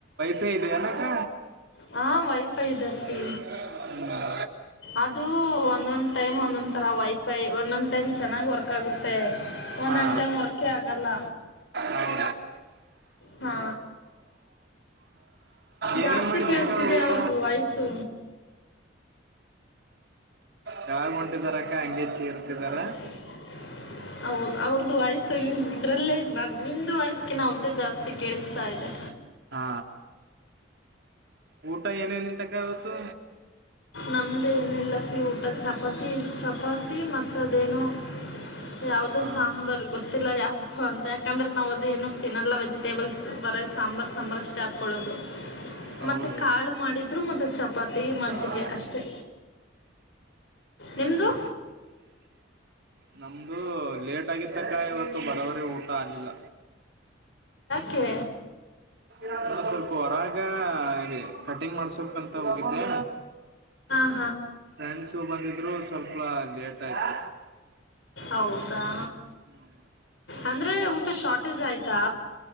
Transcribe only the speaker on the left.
ಹಾ ವೈಫೈ ಇದೆ ಅಪ್ಪಿ
ಅದು ಒಂದೊಂದ್ ಟೈಮ್ ಒಂದೊಂದ್ ತರ ವೈಫೈ ಒಂದೊಂದ್ ಟೈಮ್ ಚೆನ್ನಾಗ್ ವರ್ಕ್ ಮತ್ತೆ ಒಂದ್ಂಟೆ
ಮರಕೆ ಆಗಲ್ಲ
ಹಾ ಜಾಸ್ತಿ
ಕೇಳಸ್ತಿದೆ
ಅವ್ರ್ದು ವಯಸ್ಸು
<unintelligible> ಹೌದು ಅವ್ರ್ದ ವಯ್ಸು ಇದ್ರಲ್ಲೇ ಇದ್ ನ ನಿಮ್ದ ವಯಸ್ಸಕಿಿನ ಟು ಜಾಸ್ತಿ ಕೇಳಿಸ್ತಾ ಇದೆ
ನಮ್ದೇ ಏನಿಲ್ಲಪ್ಪಿ ಊಟ ಚಪಾತಿ ಚಪಾತಿ ಮತ್ತದೇನೋ ಯಾವುದೋ
ಸಾಂಬಾರ್ ಬ ತ್ತಿಲ್ಲ ಯಾವವುದುೋ ಅಂತ ಯಾಕಂದ್ರೆ ನಾವು ಅದು ಏನ ತಿನ್ನಲ್ಲ ವೆಜಿಟೇಬಲ್ಸ್ ಬರೋ ಸಾಂಬಾರು ಸಾಂಬಾರು ಅಷ್ಟೇ ಹಾಕ್ಕೊಳ್ಳೋದು
ಮತ್ತೆ ಕಾಳು ಮಾಡಿದ್ರು ಮತ್ತೆ ಚಪಾತಿ ಮಜ್ಜಿಗೆ
ಅಷ್ಟೇ ನಿಮ್ಮದು
ಕ್ಕೆ
ಹಾ
ಹೌದಾ
ಅಂದರೆ ಊಟ ಶಾರ್ಟೇಜ್ ಆಯಿತಾ